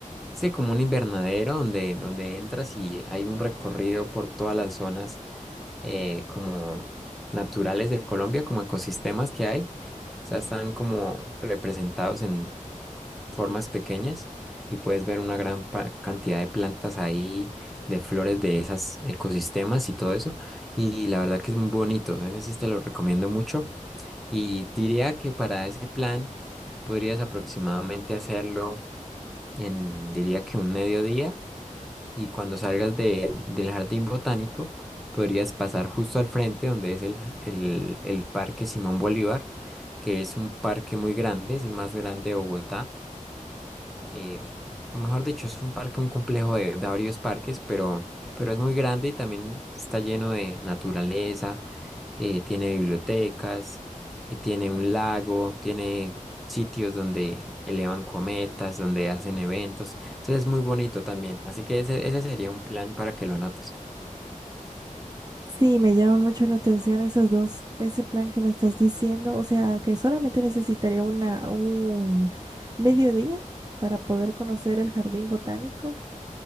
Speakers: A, in the centre; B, on the right.
A: sí, como un invernadero donde, donde entras y hay un recorrido por todas las zonas eh, como naturales de Colombia, como ecosistemas que hay. O sea, están como representados en formas pequeñas y puedes ver una gran pa- cantidad de plantas ahí, de flores de esos ecosistemas y todo eso. Y la verdad que es muy bonito. Ese sí te lo recomiendo mucho. Y diría que para ese plan podrías aproximadamente hacerlo en, diría que un mediodía y cuando salgas de- del jardín botánico podrías pasar justo al frente donde es el, el el Parque Simón Bolívar, que es un parque muy grande, es el más grande de Bogotá eh, o mejor dicho, es un parque, un complejo de, de varios parques, pero, pero es muy grande y también está lleno de naturaleza, eh, tiene bibliotecas, eh, tiene un lago, tiene sitios donde elevan cometas, donde hacen eventos, entonces es muy bonito también, así que ese, ese sería un plan para que lo notes.
B: Sí, me llama mucho la atención esos dos, ese plan que me estás diciendo, o sea, que solamente necesitaría una, un mediodía para poder conocer el jardín botánico